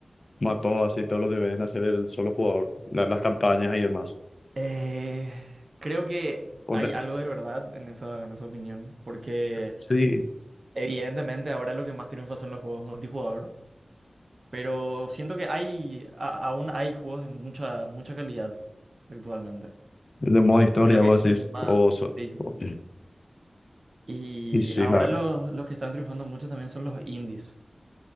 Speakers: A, on the left; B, on the right.
A: mató así todo lo que deben hacer el solo jugador, la- las campañas y demás.
B: Eh, creo que
A: Con-
B: hay algo de verdad en esa, en esa opinión, porque
A: sí,
B: evidentemente ahora lo que más triunfa son los juegos multijugador, pero siento que hay, a- aún hay juegos de mucha, mucha calidad actualmente.
A: de modo historia,
B: Creo
A: vos
B: que sí,
A: decís,
B: es más.
A: o, so-
B: Sí, sí,
A: o-
B: sí. Y
A: y sí,
B: ahora
A: la,
B: los, los que están triunfando mucho también son los indies.